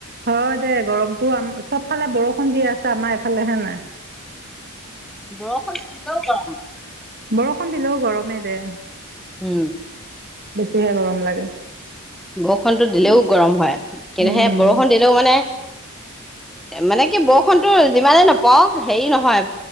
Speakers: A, on the right; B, in the centre.
A: হয় দে গৰমতটো আম চব ফালে বৰষুণ দি আছে আমাৰ ইফালে হে নাই।
B: বৰষুন দিলেও গৰম।
A: বৰষুণ দিলেও গৰমে দে।
B: উম
A: বেছিহে গৰম লাগে।
B: বৰষুণতো দিলেও
A: উম,
B: গৰম হয়, কেলে
A: উম,
B: হে বৰষুণ দিলেও মানে মানে কি বৰষুণতটো যিমানেই নপওক হেৰি নহয়